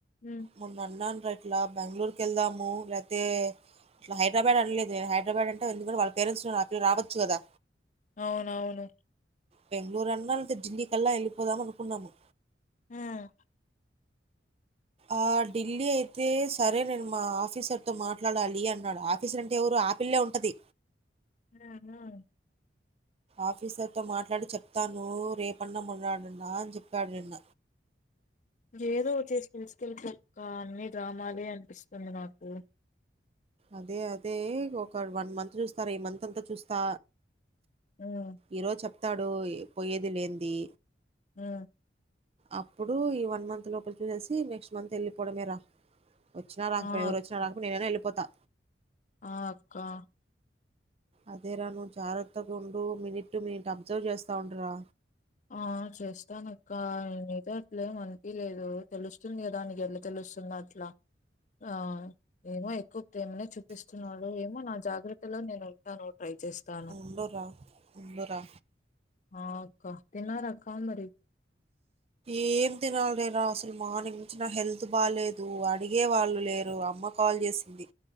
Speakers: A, on the left (about 45°); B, on the right (about 35°).
A: ఉమ్
B: మొన్న అన్నాను రా ఇట్లా బెంగళూరుకి వెళ్దాము తే ఇట్ల హైదరాబాద్ అనలేదు హైదరాబాద్ అంటే ఎందుకంటే వాళ్ళ పేరెంట్స్ ఉన్నారు ఆ పిల్ల రావచ్చు కదా
A: అవునవును
B: బంగళూరు అన్నా లేకపోతే డిల్లీ కి ఆళ్ల వెళ్లిపోదాం అనుకున్నాము
A: ఉమ్
B: ఆ ఢిల్లీ అయితే సరే నేను మా ఆఫీసర్ తో మాట్లాడాలి అన్నాడు ఆఫీసర్ అంటే ఎవరు ఆ పిల్లే ఉంటది
A: హ్మ్మ్ హ్మ్మ్
B: ఆఫీసర్తో మాట్లాడి చెప్తాను రేపన్న మన్నాడన్నా అని చెప్పాడు నిన్న
A: ఏదో ఒకటి చేసి తీసుకెళ్లి పో అక్క అన్ని డ్రామాలే అనిపిస్తుంది నాకు
B: అదే అదే ఒక వన్ మంత్ చూస్తార ఈ మంత్ అంతా చూస్తా
A: ఉమ్
B: ఈరోజు చెప్తాడు పోయేది లేంది
A: ఆ
B: అప్పుడు ఈ వన్ మంత్ లోపల చూసేసి నెక్స్ట్ మంత్ వెళ్ళిపోవడమే రా వచ్చా రాకపో
A: ఆ
B: ఎవరు
A: అక్క
B: వినా రాక నేనేనా వెళ్ిపోతా
A: ఆ అక్కా
B: అదే రా నువు జాగ్రత్తగా ఉండు మినిట్ టు మినిట్ అబ్జర్వ్ చేస్తా ఉండరా
A: ఆ చేస్తానక్క నీతో అట్లేం అనిపిలేదు తెలుస్తుంది కదానికి ఎల్లా తెలుసు స్తున్నాట్లా ఆ ఏమో ఎక్కువ ప్రేమనే చూపిస్తున్నాడు ఏమో నా జాగ్రత్తలో నేను ఉంటాను ట్రై చేస్తానుకా
B: ఉండురా. ఉండురా.
A: తిన్నారా అక్క మరి
B: ఏం తెనా లేే రాస అసలు మార్నింగ్ నుంచి నా హెల్త్ బాలేదు అడిగే వాళ్ళు లేరు అమ్మ కాల్ చేసింది